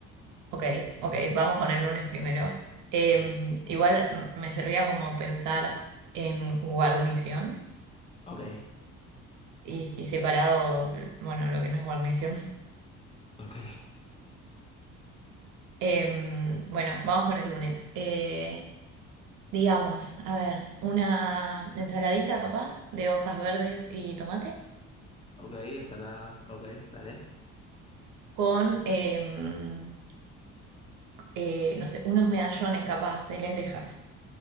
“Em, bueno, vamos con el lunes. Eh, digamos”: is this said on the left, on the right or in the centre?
Right